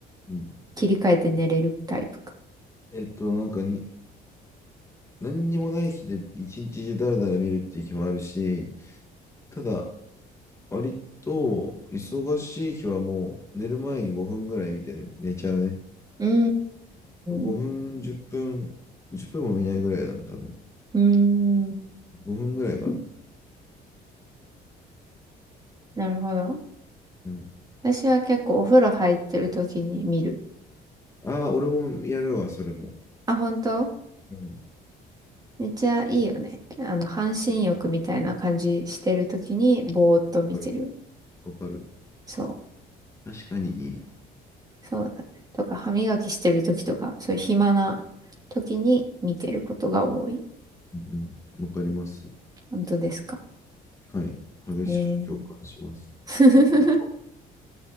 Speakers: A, on the left; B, on the right.
A: うん。
B: 切り替えて寝れるタイプか。
A: えっと、なんかに、何にもない日で一日中ダラダラ見るっていう日もあるし、ただ、割と、忙しい日はもう、寝る前に5分ぐらい見て、ね、寝ちゃうね。
B: うー
A: 5分、
B: ん。う
A: 10分、10分も見ないぐらいだな、多分。
B: ーん。
A: 5分ぐらいかな。
B: なるほど。
A: うん。
B: 私は結構お風呂入ってる時に見る。
A: ああ、俺もやるわ、それも。
B: あ、本当
A: うん。
B: めっちゃいいよね。あの、半身浴みたいな感じしてる時にぼーっと見てる。
A: うんわかる。わかる。
B: そう。
A: 確かにいい。
B: そうだね。とか、歯磨きしてる時とか、そういう暇な時に見てることが多い。
A: うんうん。わかります。
B: 本当ですか。
A: はい。激しく共感します。
B: ええー
A: あと
B: <laughs>